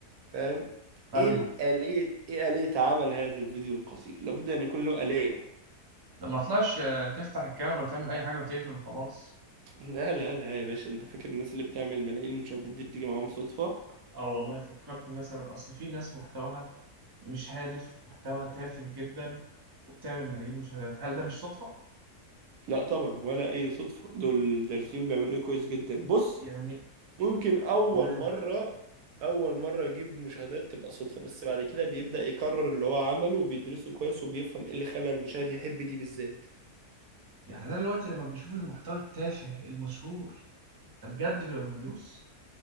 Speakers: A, on the right (about 75°); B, on the right (about 35°).
A: فاهم
B: فاهمك
A: ايه الآلية ايه آلية عمل هذا الفيديو القصير لابد ان يكون له آلية
B: ده ما طلعش آه، تفتح الكاميرا وتعمل اي حاجه وتقفل وخلاص
A: لا لا لا يا باشا انت فاكر الناس اللي بتعمل ملايين المشاهدات دي بتيجي معاهم صدفة
B: اه والله فكرت مثلا اصل في ناس محتواها مش هادف محتواها تافه جدا وبتعمل ملايين مشاهدات هل ده مش صدفه
A: لا طبعا ولا اي صدفه دول الدارسين بيعملوا ايه كويس جدا بص
B: يعني
A: ممكن اول
B: تمام
A: مره اول مره يجيب مشاهدات تبقى صدفه بس بعد كده بيبدا يكرر اللي هو عمله وبيدرسه كويس وبيفهم ايه اللي خلى المشاهد يحب دي بالذات
B: يعني انا دلوقتي لما بشوف المحتوى التافه المشهور ده بجد بيبقى مدروس